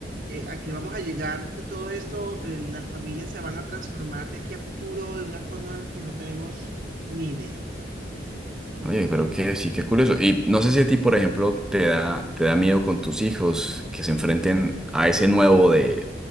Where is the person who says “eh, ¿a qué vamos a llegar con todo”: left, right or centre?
Right